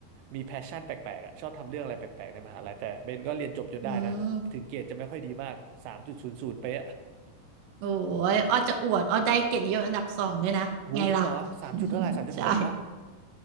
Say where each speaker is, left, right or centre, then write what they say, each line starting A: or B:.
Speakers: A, on the right (about 85°); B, on the right (about 70°).
A: มีแพชชั่นแปลกๆอ่ะชอบทำเรื่องอะไรแปลกๆในมหาลัยแต่เบนก็เรียนจบจนได้นะถึงเกรดจะไม่ค่อยดีมากสามจุดศูนย์ศูนย์ไปอะ
B: อืมโอ้ยอ้อจะอวดอ้อได้เกียรตินิยมอันดับสองด้วยนะไงล่ะ
A: <laughs> โอ้โหจริงเหรอสามจุดเท่าไหร่สามจุดหกวะ
B: <laughs> ใช่